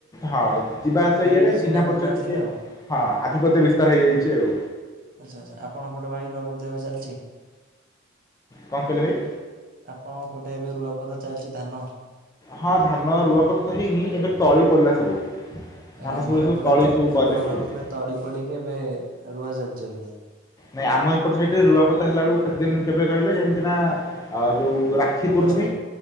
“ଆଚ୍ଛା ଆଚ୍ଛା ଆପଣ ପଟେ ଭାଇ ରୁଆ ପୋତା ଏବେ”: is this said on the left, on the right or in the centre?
Right